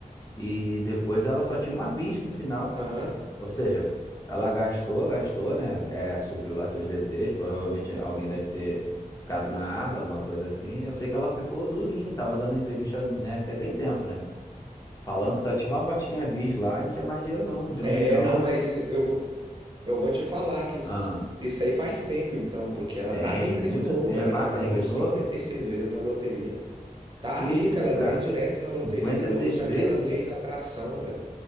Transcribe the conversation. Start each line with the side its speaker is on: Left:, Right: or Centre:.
Left: E depois ela só tinha uma bis no final.
Right: Aham.
Left: Ou seja, ela gastou, gastou, né? É, supriu lá seus desejos. Provavelmente alguém deve ter ficado na aba, alguma coisa assim. Eu sei que ela ficou durinha, tava dando entrevista, né? Você tem tempo, né? Falando que só tinha uma motinha bis lá e não tinha mais dinheiro, não. De um
Right: É,
Left: milhão.
Right: não, mas eu vou, Eu vou te falar que isso
Left: Ah,
Right: isso aí faz tempo então, porque ela
Left: tem
Right: tá rica
Left: muito
Right: de novo,
Left: tempo.
Right: ela já
Left: Ah, tá
Right: ganhou
Left: rica de
Right: 56
Left: novo?
Right: vezes na loteria. Tá
Left: Que
Right: rica,
Left: isso,
Right: ela
Left: cara?
Right: ganha direto na loteria,
Left: Cinquenta
Right: ela
Left: e seis
Right: usa
Left: vezes?
Right: aquela lei da atração, velho.